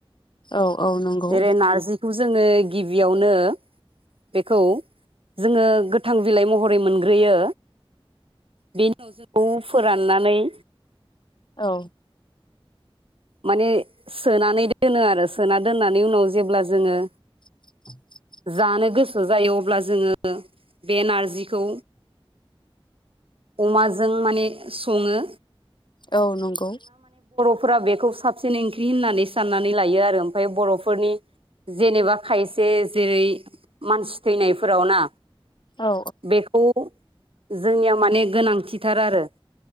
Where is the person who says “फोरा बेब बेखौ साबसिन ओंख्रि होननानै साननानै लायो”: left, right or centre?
Right